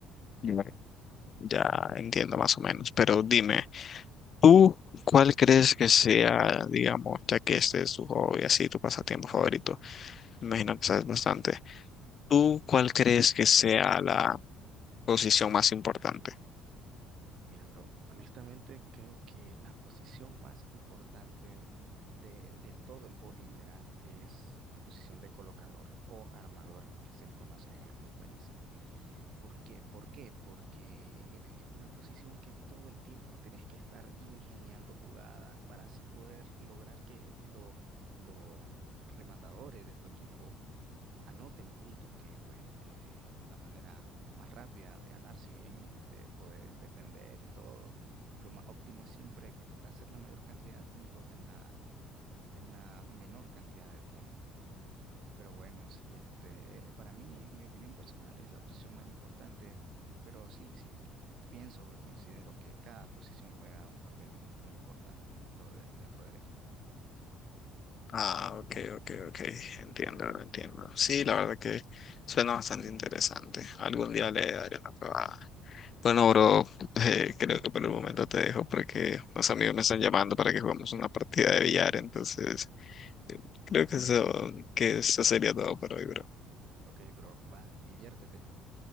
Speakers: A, on the left (about 45°); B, on the right (about 60°).
A: Ya ya entiendo más o menos, pero dime, ¿tú cuál crees que sea, digamos, ya que este es tu hobby, así tu pasatiempo favorito? Me imagino que sabes bastante. ¿Tú cuál crees que sea la posición más importante?
B: Mira, bro, honestamente creo que la posición más importante de, del todo el vóley en general es la posición de colocador o armador que se le conoce en algunos países. ¿Por qué? ¿Por qué? Porque eh, una posición que todo el tiempo tenés que estar ingeniando jugadas para así poder lograr que los, los rematadores de tu equipo anoten puntos, que pues es, es la manera más rápida de ganar, si bien este, puedes defender y todo. Lo más óptimo es siempre hacer la mayor cantidad de puntos en la, en la menor cantidad de tiempo. Pero bueno, sí, este, eh, para mí, en mi opinión personal, es la posición más importante, pero sí, sí, que pienso y considero que cada posición juega un papel muy, muy importante dentro de- dentro del equipo completo.
A: Ah, ok, ok, ok. Entiendo, entiendo. Sí, la verdad que suena bastante interesante. Algún día le daré una probada. Bueno, bro, eh, creo que por el momento te dejo porque unos amigos me están llamando para que juguemos una partida de billar. Entonces, eh, creo que eso, que eso sería todo por hoy, bro.
B: Ok, bro, va, diviértete.